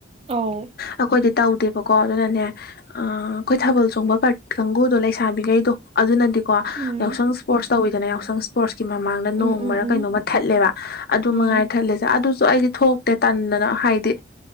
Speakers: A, on the right; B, on the left.
A: ꯑꯧ
B: ꯑꯩꯈꯣꯏꯗꯤ ꯇꯧꯗꯦ ꯑꯣꯕꯀꯣ ꯑꯗꯨꯅꯅꯦ ꯑꯩꯈꯣꯏ ꯊꯥꯕꯜ ꯆꯣꯡꯕ ꯄꯥꯔ ꯀꯥꯡꯒꯨꯗꯣ ꯂꯩꯁꯥꯕꯤꯈꯩꯗꯣ ꯑꯗꯨꯅꯗꯤꯀꯣ
A: ꯎꯝ
B: ꯌꯥꯎꯁꯪ ꯏꯁꯄꯣꯔꯠꯁ ꯇꯧꯋꯤꯗꯅ ꯌꯥꯎꯁꯪ ꯏꯁꯄꯣꯔꯠꯁꯀꯤ ꯃꯃꯥꯡꯗ
A: ꯎꯝ
B: ꯅꯣꯡꯃꯔ
A: ꯎꯝ ꯎꯝ
B: ꯀꯩꯅꯣꯃ ꯊꯠꯂꯦꯕ ꯑꯗꯨ
A: ꯎꯝ
B: ꯃꯉꯥꯏꯔꯦ ꯊꯠꯂꯤꯁꯦ ꯑꯗꯨꯁꯨ ꯑꯩꯗꯤ ꯊꯣꯛꯇꯦ ꯇꯟꯗꯅ ꯍꯥꯏꯗꯤ